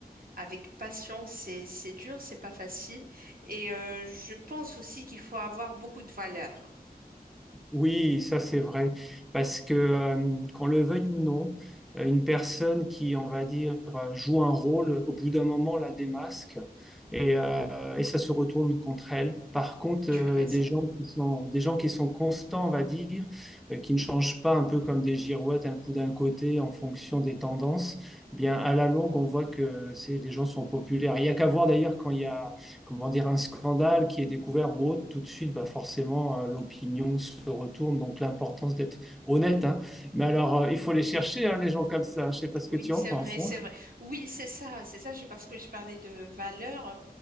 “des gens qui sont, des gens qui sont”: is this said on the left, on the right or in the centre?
Centre